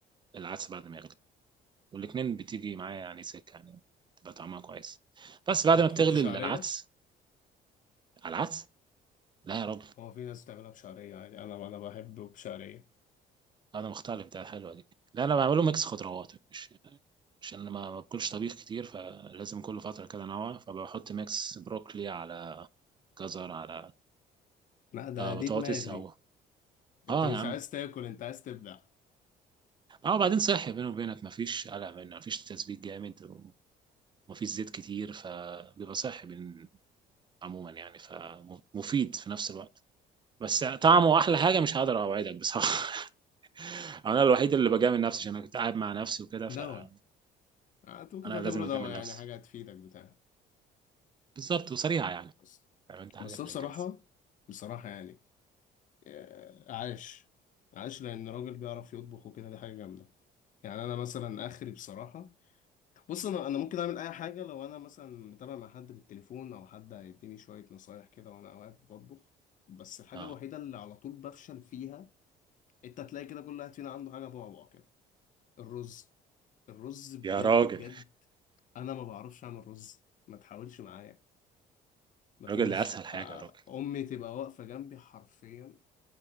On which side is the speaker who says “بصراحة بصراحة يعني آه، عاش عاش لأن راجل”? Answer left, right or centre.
Left